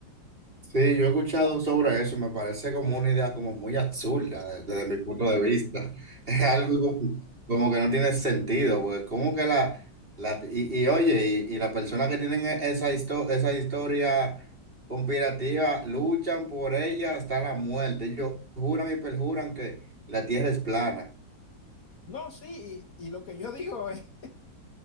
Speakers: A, on the right (about 30°); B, on the left (about 55°).
A: Sí, yo he escuchado sobre eso y me parece como una idea como muy absurda eh, desde mi punto de vista. <laughs> Es algo como, como que no tiene sentido, pues como que la, la y, y oye, y, y las personas que tienen e- esa histo- esa historia conspirativa luchan por ella hasta la muerte. Ellos juran y perjuran que la tierra es plana.
B: No, sí, y, y lo que yo digo es,